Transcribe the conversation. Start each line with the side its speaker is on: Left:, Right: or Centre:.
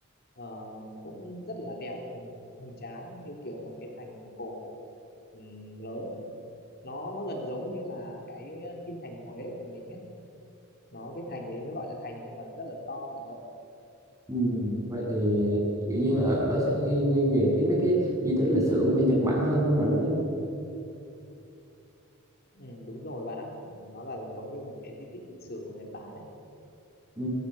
Left: ờ, cũng rất là đẹp hùng, hùng tráng như kiểu một cái thành cổ ừm, lớn nó nó gần giống như là cái ờ, kinh thành Huế của mình ấy nó cái thành ấy nó gọi là thành nhưng mà nó rất là to và rộng
Right: Ừ. Vậy thì kiểu như là ở đó sẽ ghi, ghi về cái mấy cái di tích lịch sử của bên Nhật Bản hơn đúng là đúng không?
Left: ừ, đúng rồi bạn ạ Ừ, nó là giống như một cái di tích lịch sử của Nhật Bản ấy
Right: Ừ.